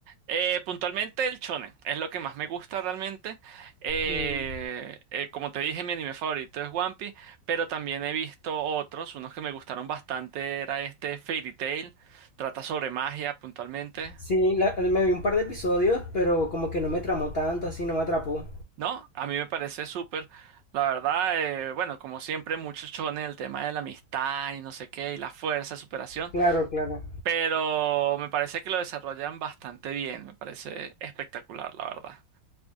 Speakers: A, on the right; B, on the left.
A: Eh, puntualmente el shonen es lo que más me gusta realmente. Eh,
B: Mm,
A: eh, como te dije, mi anime favorito es One Piece, pero también he visto otros. Unos que me gustaron bastante era este Fairy Tail. Trata sobre magia puntualmente.
B: Sí, la- me vi un par de episodios, pero como que no me tramó tanto, así no me atrapó.
A: ¿No? A mí me parece súper. La verdad, eh, bueno, como siempre, muchos shonen, el tema de la amistad y no sé qué, y la fuerza, superación.
B: Claro, claro.
A: Pero me parece que lo desarrollan bastante bien. Me parece espectacular, la verdad.